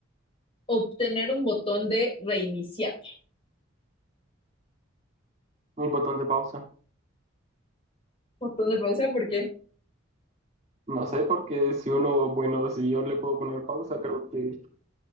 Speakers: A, on the left; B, on the right.
A: o tener un botón de reiniciar?
B: Un botón de pausa.
A: Botón de pausa, ¿por qué?
B: No sé, porque si uno, bueno, si yo le puedo poner pausa, creo que